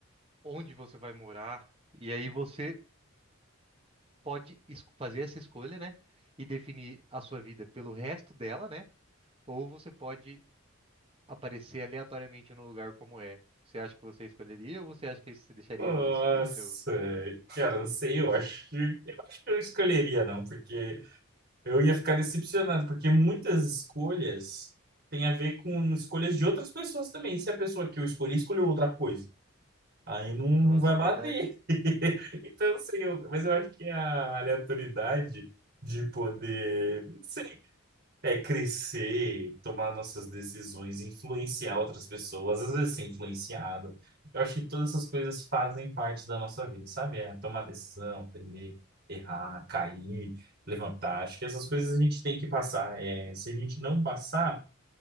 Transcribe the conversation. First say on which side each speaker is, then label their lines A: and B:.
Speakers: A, on the right (about 25°); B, on the right (about 45°).
A: onde você vai morar. E aí você pode es- fazer essa escolha, né? E definir a sua vida pelo resto dela, né? Ou você pode aparecer aleatoriamente no lugar como é. Você acha que você escolheria ou você acha que você deixaria
B: Nossa,
A: a vida seguir o seu.
B: cara, não sei, eu acho, que- eu acho que eu não escolheria, não, porque eu ia ficar decepcionado, porque muitas escolhas têm a ver com escolhas de outras pessoas também. Se a pessoa que eu escolhi escolheu outra coisa, aí não, não
A: Nossa,
B: vai bater.
A: verdade?
B: <laughs> Então, eu não sei, eu- mas eu acho que a aleatoriedade de poder, não sei. É crescer, tomar nossas decisões, influenciar outras pessoas, às vezes ser influenciado. Eu acho que todas essas coisas fazem parte da nossa vida, sabe? É tomar decisão, aprender, errar, cair, levantar. Acho que essas coisas a gente tem que passar. É, se a gente não passar,